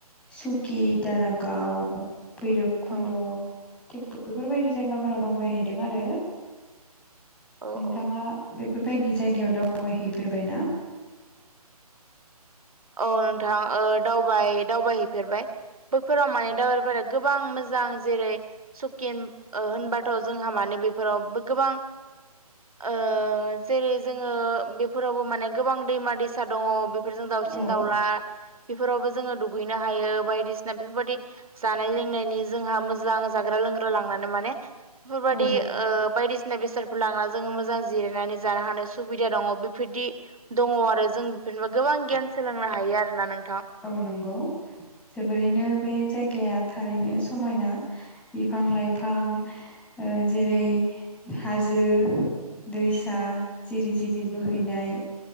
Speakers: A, in the centre; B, on the right (about 65°).
A: सुकि, दारागााव भैरबकुन्द'
B: औ
A: थिग बेफोरबायदि जायगाफोराव दावबायहैदों आरो।
B: औ
A: नोंथाङा
B: औ
A: बे बेफोरबायदि जायगायाव दावबायहैफेरबायना?
B: औ नोंथां दावबाय दावबायहैफेरबाय बैफोराव माने दावबायफोरा गोबां मोजां जां जेरै सुकिन होनबाथ' जोंहा माने बेफोराव गोबां ओ जेरै जोङो बेफोरावबो माने गोबां दैमा दैसा दङ बेफोरजों दाउ सिन
A: औ
B: दाउला बेफोरावबो जोङो दुगैनो हायो बायदिसिना बेफोरबायदि जानाय लोंनायनि जोंहा मोजां जाग्रा लोंग्रा लांनानै माने बेफोरबायदि
A: औ नं-
B: ओ बायदि सिना बेसादफोर लांना जोङो मोजां जिरायनानै जानो हानाय सुबिदा दङ बेफोरदि दङ आरो जों <unintelligible> गोबां गियान सोलोंनो हायो आरो ना नों
A: औ नंगौ जोबोरैनो बे जायगाया थारैनो समायना बिफां लाइफां ओ जेरै हाजो जो दैसा जिरि जिरि बोहैनाय